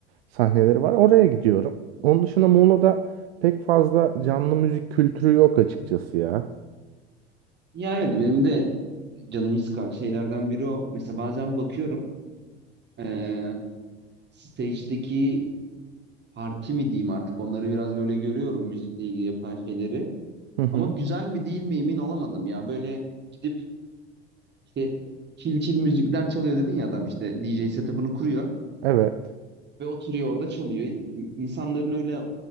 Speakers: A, on the right; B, on the right.
A: sahneleri var. Oraya gidiyorum. Onun dışında Muğla'da pek fazla canlı müzik kültürü yok açıkçası ya.
B: Ya evet benim de canımı sıkan şeylerden biri o. Mesela bazen bakıyorum e, stage'deki parti mi diyeyim artık onları biraz böyle görüyorum müzikle ilgili yapılan şeyleri.
A: Hı hı.
B: Ama güzel mi değil mi emin olamadım ya. Böyle gidip işte çil çil müzikler çalıyor dedin ya adam işte D J setup'ını kuruyor
A: Evet.
B: ve oturuyor orada çalıyor. İ- İnsanların öyle